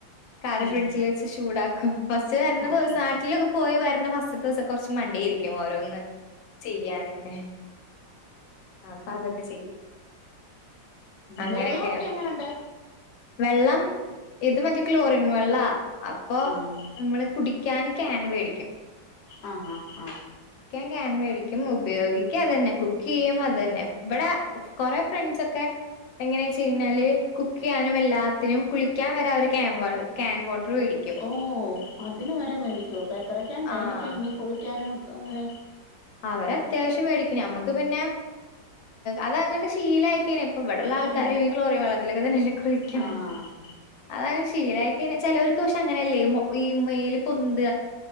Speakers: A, on the left; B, on the left.
A: കറി
B: ഉം
A: ഫ്രിഡ്ജിൽ വെച്ച് ചൂടാക്കും ഫാസ്റ്റ് വരുന്ന
B: ആഹ്
A: ദിവസം നട്ടിലൊക്കെ പോയി വര്ണ പിന്നെ ഫാസ്റ്റ്ത്തെ ദിവസ ക്കെ കൊറച്ച് മടിയയിരിക്കും ഓരോന്ന് ചെയ്യാനൊക്കെ ആ പാതൊക്കെ ചെയ്യും അങ്ങനെയൊക്കെയാണ്
B: വെള്ളൊക്കെ എങ്ങനുണ്ട്
A: വെള്ളം ഇത് മറ്റേ ക്ലോറിൻ വെള്ളാ അപ്പൊ
B: ആഹ്
A: നമ്മള് കുടി ക്ൻ ക്യാൻ മേടിക്കും
B: ആ ആ ആ
A: ൻ മേടിക്കും ഉപയോഗിക്കും അത്ന്നെ കുക്ക് ചെയ്യും അത് തന്നെ ഇവിടെ കൊറെേ ഫ്രണ്ട്സ ഒക്കെ എങ്ങനെ വെച്ച കഴിഞ്ഞാല് കുക്ക് ചെയ്യാനും എല്ലാത്തിനും കുളിക്കാൻ വരാ ഒരു ക്ൻ ക്യാൻ വോട്ടർ മേടിക്കും
B: ഓ അതിന് വരെ മേടിക്കും അപ്പൊ എത്രക്കൻ മേടിക്കും
A: ആഹ്
B: നീ കുളിക്കാനോ അങ്ങനെ
A: അവര് അത്യാവശ്യം മേടിക്കന് നമ്മക്ക് പിന്നെ അത അങ്ങ ശീലയക്ക ഇപ്പ ഇവിടെള്ള ആൾക്കാരെയും
B: ഉം
A: ഈ ക്ലോറിൻ വെള്ളത്തിലൊക്കെ തന്നെില കുളിക്ക
B: ആഹ്
A: അത ശീലക്കെ ചിലവർക്ക് പക്ഷെ അങ്ങനെയല്ലേ ഈ മേൽ പൊന്ന്ത